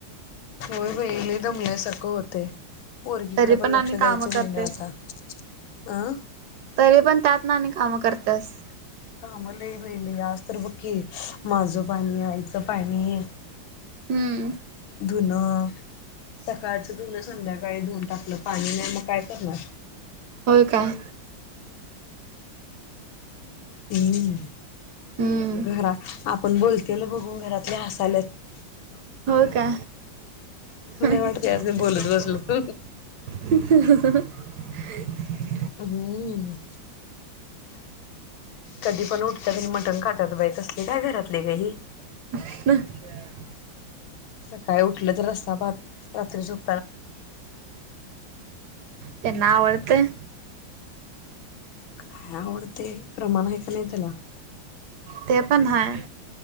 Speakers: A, on the left; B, on the right.
A: होय बहिणी, दमल्या सारखं होतय. पोरगीकडे
B: तरी
A: पण लक्ष
B: आणि
A: द्यायचं,
B: काम करतेस
A: होईना आता, अं
B: तरी पण त्यात ना आमी, कामं करत्यास
A: काम लय बाई, मी आज तर बक्क केली. माझं पाणी, आईचं पाणी
B: हम्म -
A: धूणं सकाळचं धूण, संध्याकाळी धुऊन टाकलं, पाणी नाही मग काय करणार?
B: होय काय?
A: हम्म
B: हम्म
A: घरात, आपण बोल केलं बघून घरातले हसायला हायतं
B: हो का? <unintelligible>
A: वाटत यासनी बोलत बसलं
B: <unintelligible>
A: हम्म कधी पण उठतात आणि मटण खातात बाई, कसले काय घरातले बाई?
B: <unintelligible>
A: सकाळी उठलं तर रस्सा भात, रात्री झोप
B: त्यांना आवडतंय?
A: काय आवडते, प्रमाण हाय का नाही त्याला?
B: ते पण हाय.